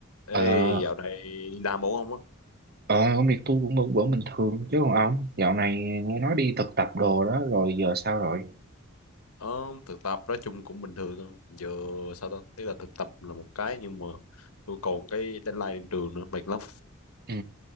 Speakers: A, on the left; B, on the right.
A: Ê,
B: Ờ,
A: dạo này đi làm ổn không á?
B: ờ, công việc tôi cũng vẫn vẫn bình thường chứ còn ông dạo này nghe nói đi thực tập đồ đó rồi giờ sao rồi?
A: Ờ, thực tập nói chung cũng bình thường thôi. Giờ sao ta? Tức là thực tập là một cái nhưng mà tôi còn cái deadline trên trường nữa, mệt lắm.
B: Ừ,